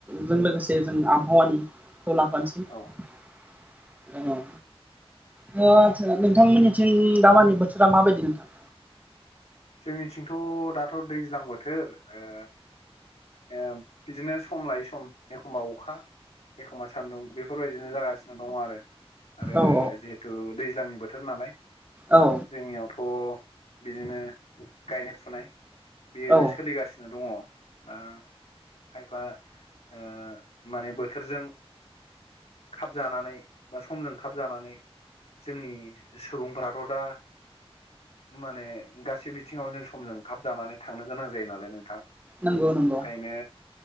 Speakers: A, on the right (about 15°); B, on the left (about 85°).
A: जों लोगोसे जों आबहावानि खौ लाफानोसै औ।
B: औ
A: अ आतसा नोंथांमोननिथिं दामानि बोथोरा माबायदि नोंथां?
B: जोंनिथिंथ' दाथ' दैज्लां बोथोर ओ ओ बिदिनो सम लायै सम एखमबा अखा एखमबा सान्दुं बेफोरबायदिनो जागासिनो दङ आरो। आरो
A: औ
B: जिहेथु दैज्लांनि बोथोर नालाय।
A: औ
B: जोंनियावथ' बिदिनो गायनाय फुनाय बेयो
A: औ
B: सोलिगासिनो दङ'। दा खायफा ओ माने बोथोरजों। खाब जानानै बा समजों खाब जानानै जोंनि सुबुंफोराथ' दा माने गाससिबो बिथिंङाव जों समजों थाब जानानै थांनो गोनां जायो नालाय नोंथां।
A: नंगौ नंगौ
B: ओंखायनो।